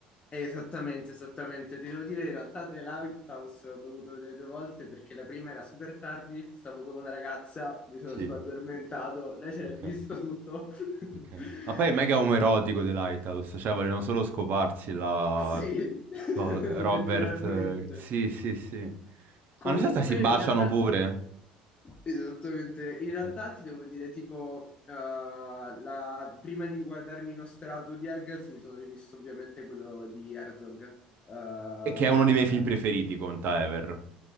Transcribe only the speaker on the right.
Sì,
ok,
ok.
ok. Ma poi è mega
omoerotico
The Lighthouse, cioè vogliono solo scoparsi la...
la- Robert.
eh, Sì, sì, sì.
Ma non so se si baciano
pure.
Ok.
E che è uno dei miei film preferiti, conta Ever.